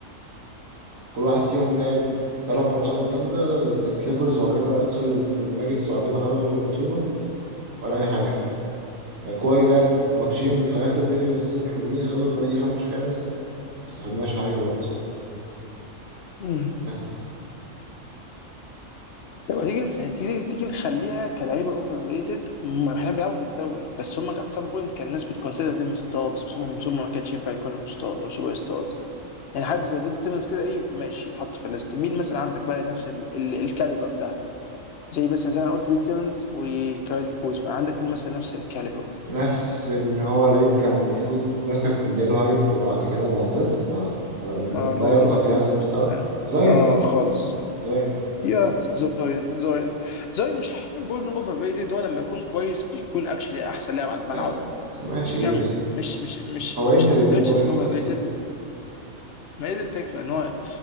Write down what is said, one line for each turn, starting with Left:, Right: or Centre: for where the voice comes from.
Right: كل واحد فيهم لعب تلات ماتشات جامدة ضد الكليبرز وبعد كده سوري ضد الناجتس وبعد كده خرجوا من البطولة ولا أي حاجة يعني كواي لعب ماتشين في اخر الريجولار سيزون حلوين خدوا الفريق يفنش خامس ما استفدناش حاجه برضه
Left: هم.
Right: بس
Left: طب ما تيجي نس- تيجي تيجي نخليها كلعيبه اوفر ريتد هم احيانا بيلعبوا في الدوري بس هم ات سام بوينت كان الناس بتكونسيدر ديم ستارز بس هم مش هم ما كانش ينفع يكونوا في ستارز او سوبر ستارز يعني حد زي بن سيمنز كده ايه ماشي يتحط في الليست مين مثلا عندك بقى نفس ال- ال- الكاليبر ده زي مثلا زي ما انا قلت بن سيمنز وكايل كوزما عندك مين مثلا نفس الكاليبر
Right: نفس اللي هو لعيب كان المفروض الناس كانت مدياله هايب وبعد كده ما زاد ما ما-
Left: اه
Right: لا
Left: اللي هو
Right: يرتقي
Left: اللي هو اصلا
Right: لهذا المستوى
Left: يعني
Right: زاين
Left: اه
Right: طبعا
Left: خالص
Right: زاين
Left: يا زاين زاين زاين مش هحب اقول انه اوفر ريتد هو لما يكون كويس بيكون اكشلي احسن لاعب على الملعب
Right: يس ماشي
Left: شجاع
Right: بس
Left: مش مش مش
Right: هو
Left: مش
Right: امتى بيكون
Left: هستريتش
Right: كويس
Left: تكون
Right: اصلا
Left: ريتد ما هي دي الفكره ان هو